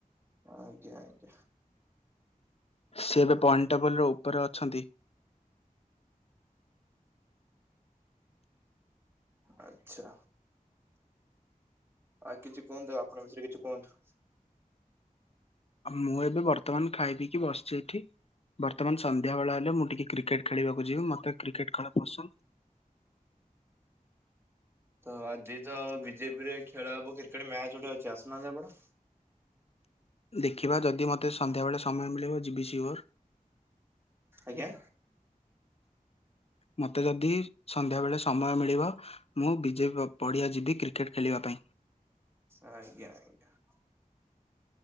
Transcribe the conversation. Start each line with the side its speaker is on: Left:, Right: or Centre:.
Right: ଆଜ୍ଞା ଆଜ୍ଞା।
Left: ସେ ଏବେ ପଏଣ୍ଟ ଟେବଲ ର ଉପରେ ଅଛନ୍ତି।
Right: ଆଚ୍ଛା। ଆଉ କିଛି କୁହନ୍ତୁ ଆପଣ ବିଷୟରେ କିଛି କୁହନ୍ତୁ?
Left: ମୁଁ ଏବେ ବର୍ତ୍ତମାନ ଖାଇ ପିକି ବସିଛି ଏଇଠି। ବର୍ତ୍ତମାନ ସନ୍ଧ୍ୟା ବେଳ ହେଲେ ମୁଁ ଟିକେ କ୍ରିକେଟ ଖେଳିବାକୁ ଯିବି ମତେ କ୍ରିକେଟ ଖେଳ ପସନ୍ଦ।
Right: ତ ଆଜି ତ ବିଜେପି ରେ ଖେଳ ହବ କ୍ରିକେଟ ମ୍ୟାଚ ଗୋଟେ ଅଛି ଆସୁନାହାନ୍ତି ଆପଣ?
Left: ଦେଖିବା ଯଦି ମୋତେ ସନ୍ଧ୍ୟାବେଳେ ସମୟ ମିଳିବ ଯିବି ସିଓୋର୍।
Right: ଆଜ୍ଞା?
Left: ମୋତେ ଯଦି ସନ୍ଧ୍ୟାବେଳେ ସମୟ ମିଳିବ ମୁଁ ବିଜେ ପଡ଼ିଆ ଯିବି କ୍ରିକେଟ ଖେଳିବା ପାଇଁ।
Right: ଆଜ୍ଞା ଆଜ୍ଞା।